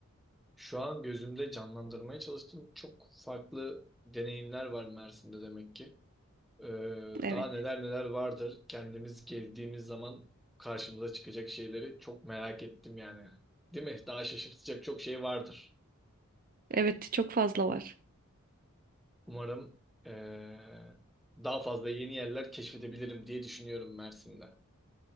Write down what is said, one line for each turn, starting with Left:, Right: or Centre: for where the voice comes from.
Centre: Şu an gözümde canlandırmaya çalıştım. Çok farklı deneyimler var Mersin'de demek ki. Ee,
Right: Evet.
Centre: daha neler neler vardır. Kendimiz gezdiğimiz zaman karşımıza çıkacak şeyleri çok merak ettim yani. Değil mi? Daha şaşırtacak çok şey vardır.
Right: Evet çok fazla var.
Centre: Umarım ee, daha fazla yeni yerler keşfedebilirim diye düşünüyorum Mersin'de.